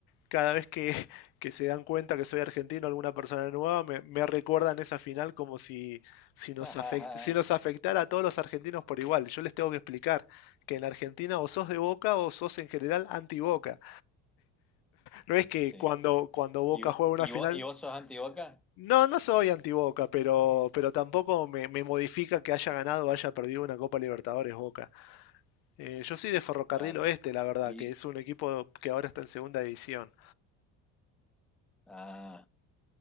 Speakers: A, on the left (about 70°); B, in the centre.
A: cada vez que, <laughs> que se dan cuenta que soy argentino, alguna persona nueva, me, me recuerdan esa final como si, si, nos
B: <laughs>
A: afect- si nos afectara a todos los argentinos por igual. Yo les tengo que explicar que en Argentina o sos de Boca o sos en general anti-Boca. No es que
B: Sí.
A: cuando, cuando Boca
B: ¿Y, vo-
A: juega una
B: y,
A: final...
B: vo- y vos sos anti-Boca?
A: No, no soy anti-Boca, pero, pero tampoco me, me modifica que haya ganado o haya perdido una Copa Libertadores Boca. Eh, yo soy de Ferrocarril
B: Claro.
A: Oeste, la verdad,
B: Y,
A: que es un equipo que ahora está en segunda división.
B: ah.